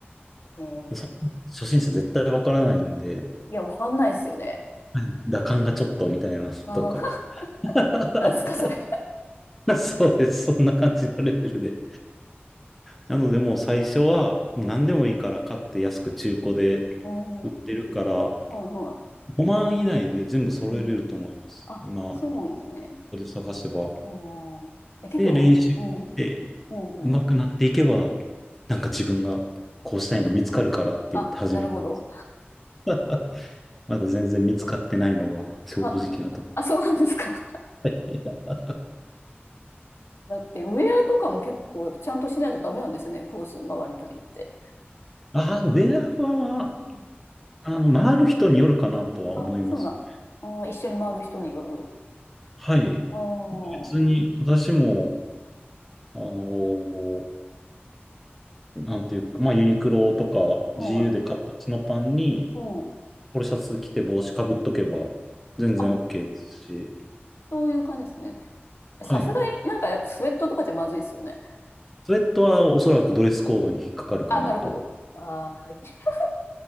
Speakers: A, on the left; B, in the centre.
A: ええ
B: でそ初心者絶対わからないんで、
A: いや、わかんないですよね。
B: はい、打感がちょっとみたいなとか、
A: あー、<laughs>
B: <laughs>
A: なんすか、それ。
B: そうです。そんな感じのレベルで。なのでもう最初はもう何でもいいから買って安く中古で
A: うん。ああ、は
B: 売ってるから
A: いは
B: 5万以内で全部揃えれると思います。
A: い。うん。あ、
B: 今、
A: そうなんですね。
B: ここで探せば。
A: うん。え、結構、
B: で、練習して
A: う、うん、うん、
B: 上手くなっていけば、
A: うん。
B: なんか自分がこうしたいの見つかるからって言って始めたんです。
A: あ、なるほど。
B: <laughs> まだ全然見つかってないのが正直なとこ
A: あ、あ、そうなんですか。
B: ろ。<laughs>
A: だって、ウェアとかも結構、やっぱちゃんとしないとダメなんですよね、コース回るときって。
B: ああ、ウェアは、
A: うん。
B: あの、回る人によるかなとは思いますね。
A: あ、そうなん。あー、一緒に回る人による。
B: はい。
A: ああ、
B: 別に私も、あのーなんていうか、まあユニクロとか
A: はい。
B: GU で買ったチノパンに、
A: うん。
B: ポロシャツ着て帽子かぶっとけば全然
A: あ、
B: OK ですし、
A: そういう感じですね。さすがになんかやっぱスウェットとかじゃまずいですよね。
B: はい。スウェットはおそらくドレスコードに引っかかるかなと。
A: あ、なるほど。ああ、<laughs>